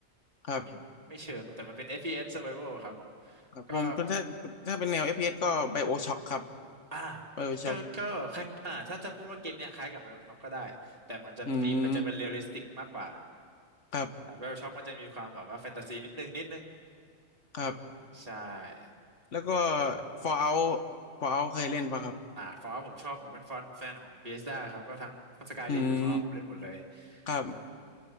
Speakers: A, on the left (about 65°); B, on the right (about 30°).
A: ครับ
B: ไม่ไม่เชิง แต่มันเป็น FPS survival อะครับผม
A: ครับผมถ้าถ้าเป็นแนว
B: ก็
A: f อฟพีเอสก็ BioShock ครับ
B: อ่า
A: BioShock
B: ก็ก็คล้ายอ่าถ้าจะพูดว่าเกมเนี้ยคล้ายกับ BioShock ก็ได้ แต่มันจะตีมมันจะเป็นเรียลลิสติกมากกว่า
A: อืมครับ
B: อ่ BioShock มันจะมีความแบบว่าแฟนตาซีนิดนึงนิดนึง
A: ครับ
B: ใช่
A: แล้วก็
B: โอ้ย
A: Fallout Fallout เคยเล่นปะครับ
B: อ่าฟอร์ผมชอบ ผมเป็นแฟนแฟนของ Bethesda ครับ ก็ทั้งสกายริมกับฟอร์ผมเล่นหมดเลย
A: อืมครับ
B: อ่า